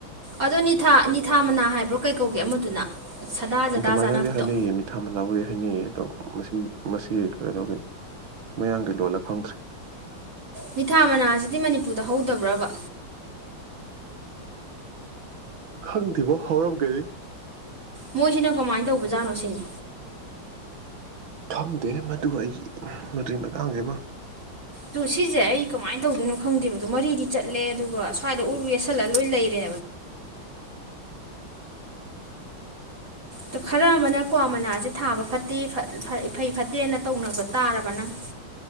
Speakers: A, on the right; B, on the right.
A: ꯑꯗꯣ ꯅꯤꯊꯥ ꯅꯤꯊꯥ ꯃꯅꯥ ꯍꯥꯏꯕ꯭ꯔꯣ ꯀꯩ ꯀꯧꯒꯦ ꯑꯃꯗꯨꯅ ꯁꯗꯥ ꯖꯗꯥ
B: ꯑꯗꯨꯃꯥꯏꯅꯗꯤ
A: ꯆꯥꯅꯕꯗꯣ
B: ꯍꯥꯏꯅꯩꯌꯦ ꯃꯤꯊꯥ ꯃꯅꯥ ꯕꯨꯗꯤ ꯍꯥꯏꯅꯩꯌꯦ ꯑꯗꯣ ꯃꯁꯤ ꯃꯁꯤ ꯀꯩꯅꯣꯒꯤ ꯃꯌꯥꯡꯒꯤ ꯂꯣꯜꯂ ꯈꯪꯗ꯭ꯔꯦ
A: ꯃꯤꯊꯥ ꯃꯅꯥꯁꯤꯗꯤ ꯃꯅꯤꯄꯨꯔꯗ ꯍꯧꯗꯕ꯭ꯔꯕ
B: ꯈꯪꯗꯦꯕꯣ ꯍꯧꯔꯝꯒꯅꯤ
A: ꯃꯣꯏꯖꯤꯅ ꯀꯃꯥꯏ ꯇꯧꯕꯖꯥꯠꯅꯣ ꯁꯤꯅꯤ
B: ꯈꯪꯗꯦꯍꯦ ꯃꯗꯨ ꯑꯩ ꯃꯗꯨꯒꯤ ꯃꯇꯥꯡꯖꯤ ꯑꯃ
A: ꯇꯨ ꯁꯤꯁꯦ ꯑꯩ ꯀꯃꯥꯏ ꯇꯧꯗꯣꯏꯅꯣ ꯈꯪꯗꯦꯕꯗꯣ ꯃꯔꯤꯗꯤ ꯆꯠꯂꯦ ꯑꯗꯨꯒ ꯁ꯭ꯋꯥꯏꯗ ꯎꯔꯨ ꯌꯦꯠꯁꯜꯂꯒ ꯂꯣꯏ ꯂꯩꯔꯦ
B: <inaudible>
A: ꯗꯨ ꯈꯔ ꯑꯃꯅ ꯀ꯭ꯋꯥ ꯃꯅꯥꯁꯦ ꯊꯥꯕ ꯐꯠꯇꯦ ꯐꯠ-ꯐ-ꯐꯩ ꯐꯠꯇꯦꯅ ꯇꯧꯅꯕ ꯇꯥꯔꯕ ꯅꯪ